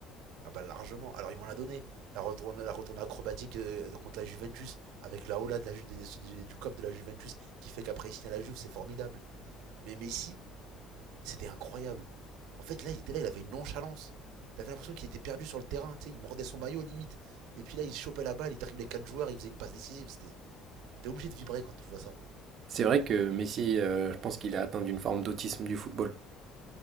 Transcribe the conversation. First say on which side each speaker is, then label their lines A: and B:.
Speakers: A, on the right; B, on the right.
A: Ah bah largement. Alors ils m'en l'a donné. La retourne, la retourne acrobatique euh, contre la Juventus avec la hola de la, Ju- du, du cop de la Juventus qui fait qu'après il signe à la Juve, c'est formidable. Mais Messi, C'était incroyable. En fait, là, il était là, il avait une nonchalance. T'avais l'impression qu'il était perdu sur le terrain, tu sais, il mordait son maillot limite. Et puis là, il chopait la balle, il driblait quatre joueurs, il faisait une passe décisive. T'es obligé de vibrer quand tu vois ça.
B: C'est vrai que Messi, euh, je pense qu'il a atteint d'une forme d'autisme du football.